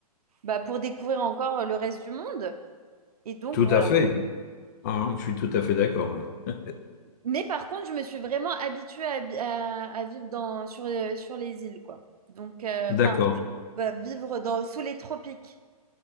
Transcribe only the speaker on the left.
tout
à fait. Ah, je suis tout à fait d'accord. là.
D'accord.